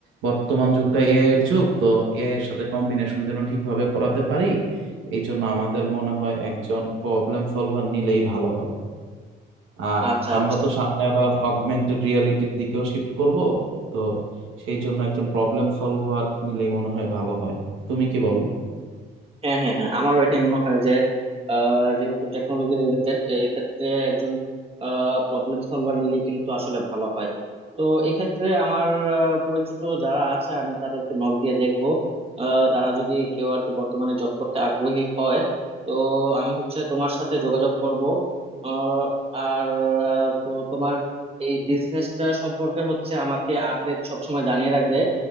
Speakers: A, on the right (about 85°); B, on the right (about 30°).
A: বর্তমান যুগটা এআই এর যুগ তো এআই এর সাথে কম্বিনেশন যেন ঠিকভাবে করাতে পারি এই জন্য আমাদের মনে হয় একজন প্রবলেম সলভার নিলেই ভালো হয় আর
B: আচ্ছা
A: আমরা
B: আচ্ছা
A: তো সামনে আবার অগমেন্টেড রিয়ালিটির দিকেও শিফট করব তো সেই জন্য একজন প্রবলেম সলভার নিলেই মনে হয় ভালো হয় তুমি কি বলো
B: হ্যাঁ হ্যাঁ হ্যাঁ আমারও এটাই মনে হয় যে আহ, যেহেতু টেকনোলজি রিলেটেড এই ক্ষেত্রে একজন প্রবলেম সলভার নিলে কিন্তু আসলে ভালো হয় তো এক্ষেত্রে আমার আহ, পরিচিত যারা আছে আমি তাদেরকে নক দিয়ে দেখবো আহ, তারা যদি কেউ আর কি বর্তমানে জব করতে আগ্রহী হয় তো আমি হচ্ছে তোমার সাথে যোগাযোগ করব আহ, আর আহ, তো তোমার এই বিজনেসটা সম্পর্কে হচ্ছে আমাকে আপডেট সবসময় জানিয়ে রাখবে